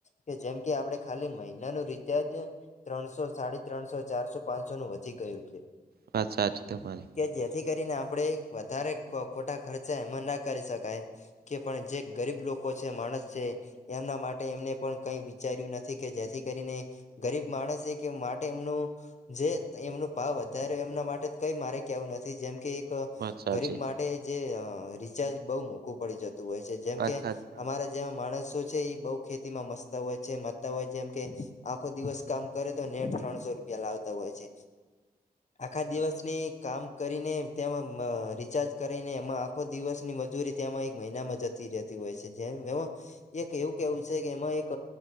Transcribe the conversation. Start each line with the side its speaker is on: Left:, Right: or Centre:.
Left: કે જેમ કે આપડે ખાલી મહિનાનું રિચાર્જ ત્રણસો સાડી ત્રણસો ચારસો પાંચસો નું વધી ગયું છે.
Right: વાત સાચી તમારી.
Left: કે જેથી કરીને આપણેે વધારે ખો ખોટા ખર્ચા એમાં ના કરી શકાય કે પણ જે ગરીબ લોકો છે માણસ છે એમના માટે એમને પણ કંઈ વિચાર્યું નથી કે જેથી કરીને ગરીબ માણસ છે કે માટે એમનું જે એમનું ભાવ અત્યારે એમના માટે કઈ મારે કેવું નથી જેમ કે કા
Right: વાત સાચી
Left: ગરીબ માટે જે રિચાર્જ બહુ મોંઘું પડી જતું હોય છે જે
Right: વાત
Left: કે
Right: સાચી તમારી
Left: અમારા જેવા માણસો છે ઈ બહુ ખેતી માં મસ્તા હોય છે મતા હોય જેમ કે આખો દિવસ કામ કરે તો નેટ ત્રણસો રૂપ પિયા લાવતા હોય છે. આખા દિવસની
Right: હમ
Left: કામ કરીને તેમાં આ રિચાર્જ કરીને એમાં આખો દિવસની મજૂરી ત્યામાં એક મહિનામાં જતી રહેતી હોય છે જેમ એમાં એક એવું કેવું છે કે એમાં એક